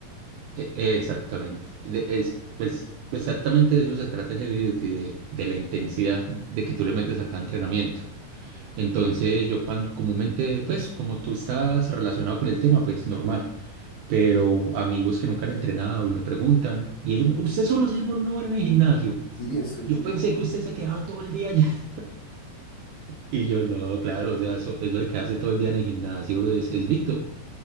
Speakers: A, on the right; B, on the left.
A: e- e, exactamente, de- es, es- exactamente de eso se trata ese video, de, de la intensidad de que tú le metes a cada entrenamiento. Entonces, yo cuando comúnmente, pues como tú estás relacionado con el tema, pues normal. Pero amigos que nunca han entrenado y me preguntan, y ellos, me- ¿usted solo se demora una hora en el gimnasio?
B: Sí, es que es
A: Yo
B: muy
A: pensé
B: poco.
A: que usted se quedaba todo el día <laughs> Y yo no, claro, o sea, eso, eso de quedarse todo el día en el gimnasio es, es mito.